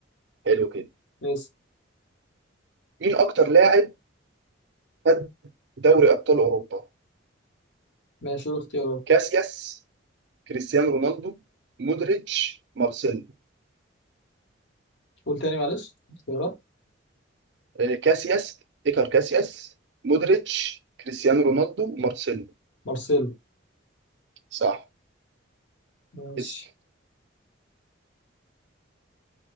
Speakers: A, on the right (about 55°); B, on the left (about 65°).
A: حلو كده
B: بس
A: مين أكتر لاعب خد دوري أبطال أوروبا
B: ماشي قول اختيارات
A: كاسياس كريستيانو رونالدو مودريتش مارسيلو
B: قول تاني معلش اختيارات
A: آه، كاسياس إيكار كاسياس مودريتش كريستيانو رونالدو مارسيلو
B: مارسيلو
A: صح
B: ماشي
A: اسأل